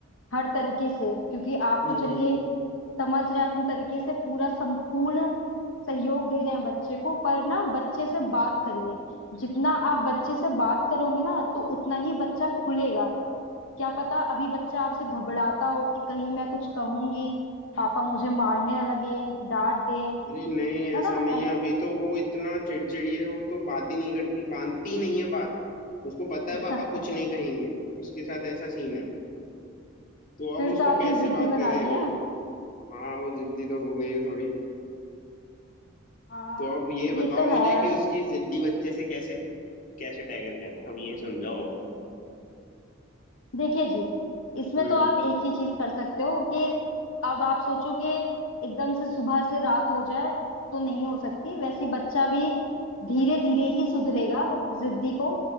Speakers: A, on the left; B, on the left.
A: हर तरीके से क्योंकि आप
B: हम्म
A: तो चलिए
B: हम्म।
A: समझ रहे हैं अपने तरीके से पूरा संपूर्ण सहयोग दे रहे हैं बच्चे को पर ना बच्चे से बात करिए जितना आप बच्चे से बात करोगे ना तो उतना ही बच्चा खुलेगा क्या पता अभी बच्चा आपसे घबराता हो कि कहीं मैं कुछ कहूंगी पापा मुझे मारने ना लगे डांट दें
B: अरे नहीं ऐसा
A: है ना
B: नहीं
A: ऐस-
B: है अभी तो वो इतना चिड़चिड़ी है वो तो बात ही नहीं करती बांधती ही नहीं है बात उसको पता है
A: <laughs>
B: पापा कुछ नहीं कहेंगे उसके साथ ऐसा सीन है तो अब
A: फिर
B: उसको
A: तो आपने
B: कैसे
A: जिद्दी
B: बात
A: बना
B: करे
A: दिया है
B: हाँ वो जिद्दी तो हो गई है थोड़ी
A: हाँ
B: तो अब ये बताओ
A: ये तो
B: मुझे
A: है
B: कि उसकी जिद्दी बच्चे से कैसे कैसे टैकल करें अब ये समझाओ
A: देखिए जी इसमें
B: हम्म
A: तो आप एक ही चीज कर सकते हो कि अब आप सोचो कि एकदम से सुबह से रात हो जाए तो नहीं हो सकती वैसे बच्चा भी धीरे धीरे ही सुधरेगा जिद्दी को